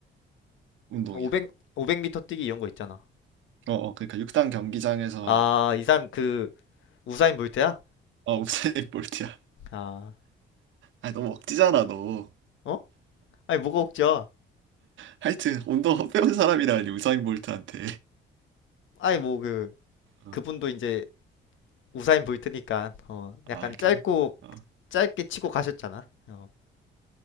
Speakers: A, on the right (about 75°); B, on the left (about 75°).
A: 운동이야.
B: 500 500m 뛰기 이런 거 있잖아
A: 어, 어, 그러니까 육상 경기장에서
B: 아 이 사람 그 우사인 볼트야?
A: 어, 우사인 볼트야.
B: 아
A: 아, 너무 억지잖아, 너.
B: 어? 아니 뭐가 웃겨
A: 하여튼 운동 헛배운 사람이라니 우사인 볼트한테.
B: 아니 뭐 그
A: 어,
B: 그분도 이제 우사인 볼트니까 어 약간
A: 아,
B: 짧고
A: 그래? 어,
B: 짧게 치고 가셨잖아 어